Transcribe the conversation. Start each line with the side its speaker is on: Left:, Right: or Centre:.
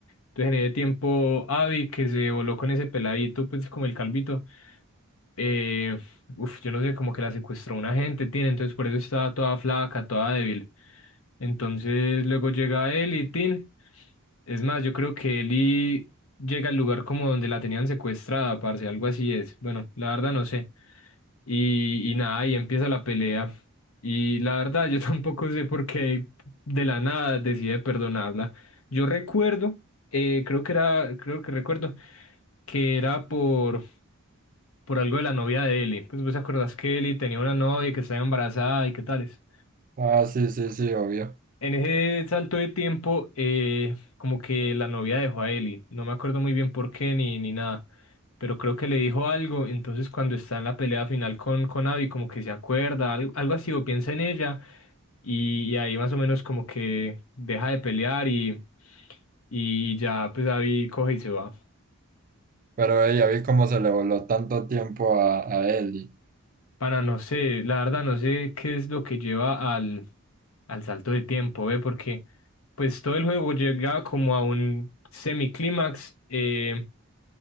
Left: Entonces en ese tiempo, Abby, que se voló con ese peladito, pues como el calvito, eh, uf, yo no sé, como que la secuestró una gente, tiene, entonces por eso estaba toda flaca, toda débil. Entonces luego llega él y Tin. Es más, yo creo que Eli llega al lugar como donde la tenían secuestrada, parce, algo así es. Bueno, la verdad no sé. Y, y nada, ahí empieza la pelea. Y la verdad, yo <laughs> tampoco sé por qué de la nada decide perdonarla. Yo recuerdo, eh, creo que era, creo que recuerdo que era por, por algo de la novia de Ellie. Pues vos acordás que Ellie tenía una novia que estaba embarazada y qué tales.
Right: Ah, sí, sí, sí, obvio.
Left: En ese salto de tiempo, eh, como que la novia dejó a Ellie. No me acuerdo muy bien por qué ni, ni nada, pero creo que le dijo algo. Entonces, cuando está en la pelea final con, con Abby, como que se acuerda, al- algo, así, o piensa en ella, y, y ahí más o menos como que deja de pelear y, y ya, pues Abby coge y se va.
Right: Pero ella vi cómo se le voló tanto tiempo a, a Ellie.
Left: para no sé, la verdad no sé qué es lo que lleva al, al salto de tiempo, ¿ve? Porque pues todo el juego llega como a un semiclímax, eh,